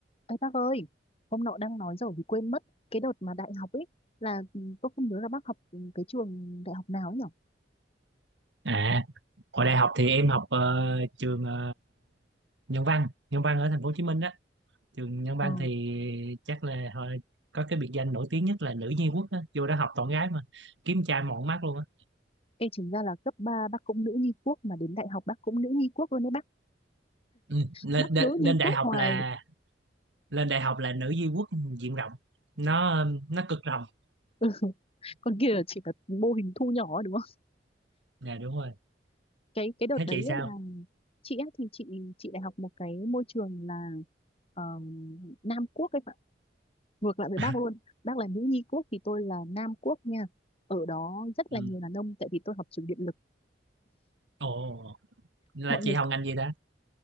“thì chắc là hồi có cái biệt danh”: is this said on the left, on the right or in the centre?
Right